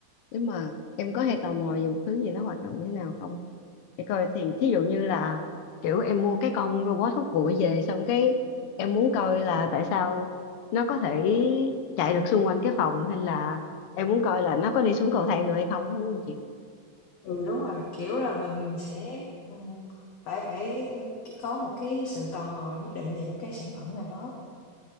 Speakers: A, on the left; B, on the left.
A: nhưng mà em có hay tò mò về một thứ gì nó hoạt động như thế nào không? Để coi thì thí dụ như là kiểu em mua cái con robot hút bụi về xong cái em muốn coi là tại sao nó có thể chạy được xung quanh cái phòng hay là em muốn coi là nó có đi xuống cầu thang được hay không á, đúng không chị?
B: Ừ, đúng rồi, kiểu là, mình sẽ, ừm, phải phải, có một cái sự tò mò nhất định về một cái sản phẩm nào đó,